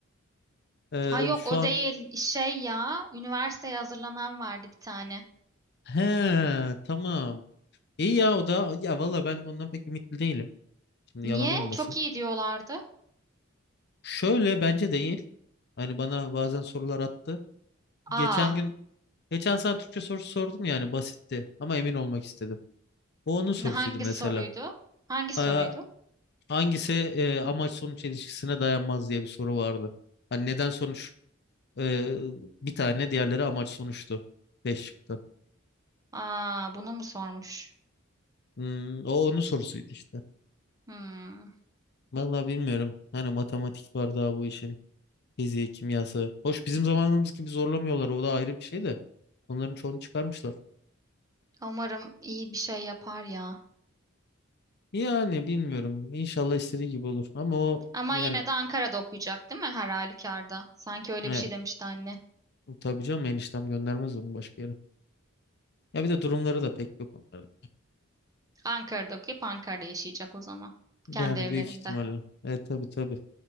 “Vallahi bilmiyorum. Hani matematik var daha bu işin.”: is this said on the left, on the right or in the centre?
Left